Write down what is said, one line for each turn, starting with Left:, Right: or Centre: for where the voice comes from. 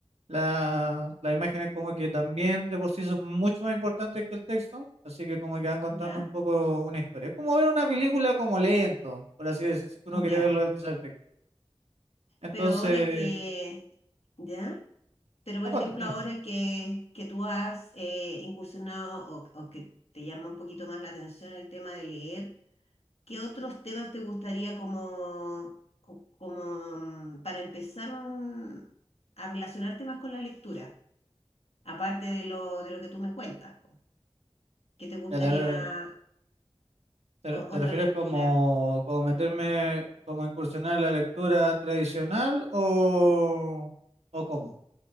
Right: la, las imágenes como que también de por sí son mucho más importantes que el texto, así que como que van contando
Left: Ya,
Right: un poco una historia. Es como ver una película como lento, por así decirlo, si uno quiere
Left: ya.
Right: verlo desde esa perspectiva. Entonces,
Left: Pero ahora que, ya. Pero por
Right: ¿a cuánto?
Left: ejemplo,
Right: Dime.
Left: ahora que, que tú has eh, incursionado o, o que te llama un poquito más la atención el tema de leer. ¿Qué otros temas te gustaría como, co- como mm, para empezar un- a relacionarte más con la lectura? Aparte de lo, de lo que tú me cuentas, po. ¿Qué te gustaría
Right: Ya te, re- te
Left: o-
Right: re- te
Left: otra
Right: refieres
Left: lectura?
Right: como, como meterme, como incursionar en la lectura tradicional o, o cómo?